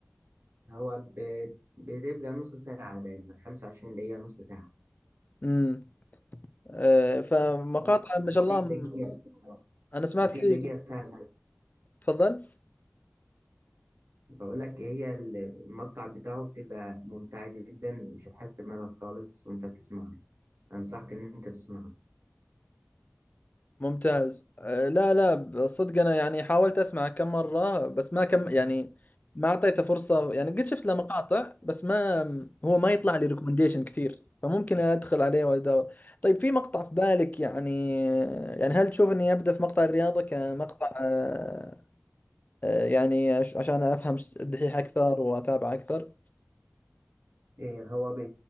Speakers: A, on the right; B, on the left.
A: هو ب- بتبقى نص ساعة دايما 25 دقيقة نص ساعة
B: امم آه، فمقاطع
A: هو
B: ما
A: مفيش
B: شاء الله م-
A: دقيقة
B: انا سمعت
A: مفيش
B: كثير
A: دقيقة فعلا
B: تفضل
A: بقول لك هي المقطع بتاعه بتبقى ممتعة جدا مش هتحس بملل خالص وأنت بتسمعه أنصحك إن أنت تسمعه
B: ممتاز آه، لا لا صدق انا يعني حاولت اسمع كم مره بس ما كم يعني ما اعطيته فرصه يعني قد شفت له مقاطع بس ما هو ما يطلع لي ريكومنديشن كثير فممكن ادخل عليه وادور طيب في مقطع في بالك يعني يعني هل تشوف اني ابدا في مقطع الرياضه كمقطع آه، آه، يعني عش- عشان افهم الدحيح اكثر واتابع اكثر
A: إيه هو بي...